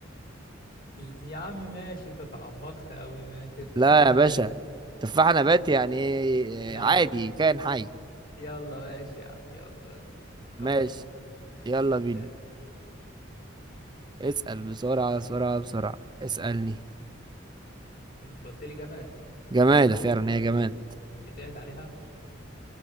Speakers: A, on the left; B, on the right.
A: ل- يا عم ماشي أنت تعمقت أوي ماشي التفاحة
B: لا يا
A: نبات
B: باشا تفاح نبات يعني ايه؟
A: يلا
B: عادي كائن حي
A: يلا ماشي يا عم يلا يلا ما تكبرش
B: ماشي
A: الموضوع
B: يلا بينا
A: آه.
B: اسأل بسرعة بسرعة بسرعة اسألني
A: انت قلت لي جماد
B: جماد فعلا هي جماد
A: بيتقعد عليها